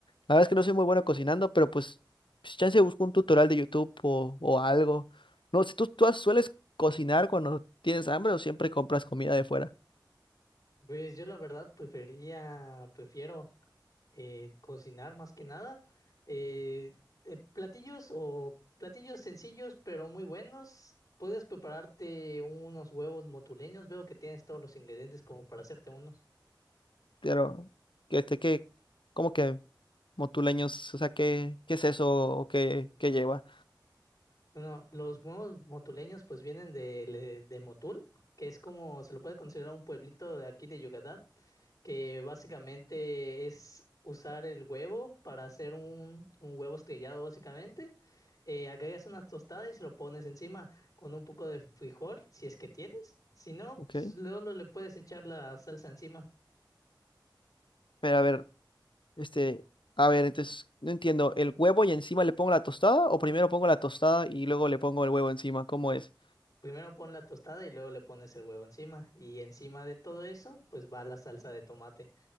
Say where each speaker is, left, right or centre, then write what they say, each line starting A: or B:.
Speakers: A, on the left; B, on the left.
A: La verdad es que no soy muy bueno cocinando, pero pues, pues chance busco un tutorial de YouTube o, o algo. No sé, ¿tú, tú sueles cocinar cuando tienes hambre o siempre compras comida de fuera?
B: Pues yo la verdad prefería, prefiero eh, cocinar más que nada. Eh, eh, platillos o platillos sencillos pero muy buenos. Puedes prepararte unos huevos motuleños. Veo que tienes todos los ingredientes como para hacerte unos.
A: Pero, que este, que, cómo que motuleños, o sea, ¿qué, qué es eso o qué, qué lleva?
B: Bueno, los huevos motuleños pues vienen de, le- de Motul, que es como se lo puede considerar un pueblito de aquí de Yucatán. que básicamente es usar el huevo para hacer un, un huevo estrellado, básicamente. Eh, agregas unas tostadas y se lo pones encima con un poco de frijol, si es que tienes. Si no,
A: Ok.
B: pues, luego lo- le puedes echar la salsa encima.
A: Pero a ver. Este, a ver, entonces, no entiendo, ¿el huevo y encima le pongo la tostada? ¿O primero pongo la tostada y luego le pongo el huevo encima? ¿Cómo es?
B: Primero pon la tostada y luego le pones el huevo encima. Y encima de todo eso, pues va la salsa de tomate.